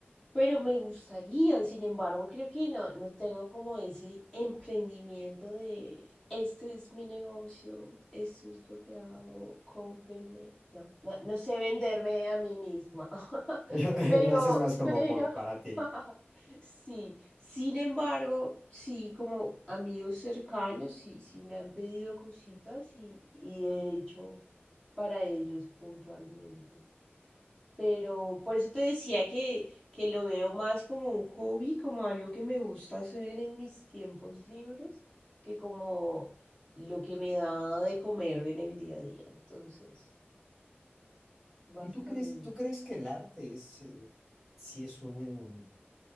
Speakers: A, on the left; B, in the centre.
A: pero me gustaría. Sin embargo, creo que no, no tengo como ese emprendimiento de este es mi negocio, esto es lo que hago, cómprenme. No, no, no sé venderme a mí misma.
B: Mm.
A: <laughs>
B: <laughs> Lo,
A: Pero,
B: lo haces más como
A: pero,
B: por para ti.
A: <laughs> sí. Sin embargo, sí, como amigos cercanos, sí, sí me han pedido cositas y, y he hecho para ellos puntualmente. Pero por eso te decía que, que lo veo más como un hobby, como algo que me gusta hacer en mis tiempos libres, que como lo que me da de comer en el día a día. Entonces, básicamente.
B: ¿Y tú crees, tú crees que el arte es, eh, sí es un,